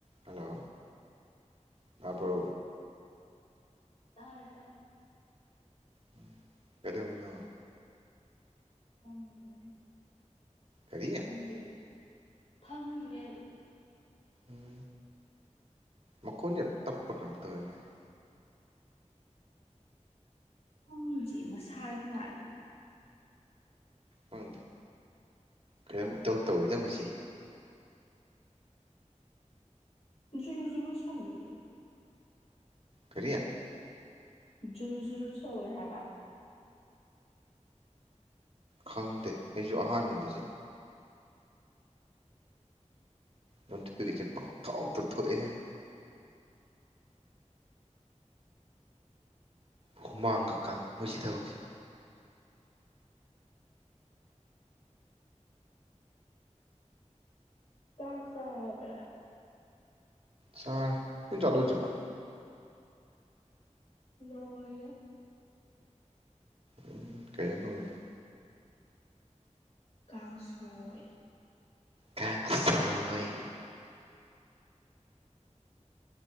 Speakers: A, on the right (about 50°); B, on the left (about 55°).
A: ꯍꯂꯣ ꯇꯥꯕ꯭ꯔꯣ꯫
B: ꯇꯥꯏꯌꯦ ꯇꯥꯏꯌꯦ꯫
A: ꯎꯝ ꯀꯩꯗꯧꯔꯤꯅꯣ꯫
B: ꯐꯝꯂꯤꯕꯅꯤ꯫
A: ꯀꯔꯤ
B: ꯅꯪꯗꯤ꯫ ꯐꯝꯃꯤꯌꯦ꯫
A: ꯎꯝ ꯃꯈꯣꯟ ꯌꯥꯝ ꯇꯞꯄ꯭ꯔ ꯀꯩꯅꯣꯝ ꯇꯧꯋꯦ ꯃꯥꯏ꯫ <unintelligible>
B: ꯈꯪꯗꯤꯌꯦ ꯃꯁꯥꯒꯤ ꯃꯥꯜꯂꯦ꯫
A: ꯈꯪꯗꯦ ꯀꯩꯅꯣꯝ ꯏꯇꯧ ꯇꯧꯏꯗ ꯃꯁꯤ꯫
B: ꯔꯨꯔ ꯔꯨꯔ ꯆꯪꯦ
A: ꯀꯔꯤꯌꯥ꯫
B: ꯖꯨꯔꯨ ꯖꯨꯔꯨ ꯁꯧꯋꯦ ꯍꯥꯏꯕ꯫
A: ꯈꯪꯗꯦ ꯑꯩꯁꯨ ꯑꯍꯥꯟꯕꯅꯤ ꯁꯤ꯫ ꯅꯣꯇꯤꯐꯤꯀꯦꯁꯟ ꯄꯪꯊꯣꯛꯇ ꯊꯣꯛꯑꯦꯍꯦ꯫ ꯍꯨꯃꯥꯡꯒ ꯀꯥꯡꯉꯦ ꯃꯣꯏꯁꯤ ꯊꯕꯛꯁꯤ꯫
B: ꯆꯥꯛ ꯆꯥꯔꯕꯣ꯫
A: ꯆꯥꯔꯦ ꯅꯪ ꯆꯥꯛ ꯂꯣꯏꯗ꯭ꯔꯤꯕꯣ꯫
B: ꯂꯣꯏ꯫
A: ꯎꯝ ꯀꯩꯅꯣ ꯇꯧꯔꯤꯗꯣ꯫
B: ꯀꯥꯡꯁꯣꯏ꯫
A: ꯀꯥꯡꯁꯣꯏ꯫